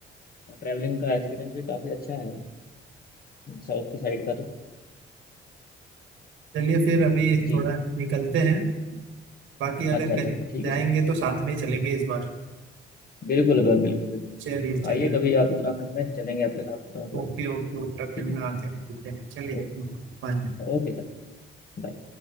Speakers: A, on the left (about 50°); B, on the right (about 85°).
A: ट्रैवलिंग का एक्सपीरियंस भी काफ़ी अच्छा है साउथ की साइड का तो
B: चलिए फिर अभी
A: जी
B: थोड़ा निकलते हैं बाकी अगर
A: अच्छा अच्छा
B: कहीं
A: अच्छा ठीक
B: जाएंगे
A: है सर ठीक
B: तो साथ में चलेंगे इस बार
A: है बिल्कुल बिल्कुल बिल्कुल बिल्कुल।
B: चलिए चलिए
A: आइए कभी आप उत्तराखंड में चलेंगे आपके साथ डोंट वरी
B: ओके ओके उत्तराखंड
A: ठीक है
B: में आते हैं चलिए
A: ओके
B: बाय
A: Okay sir bye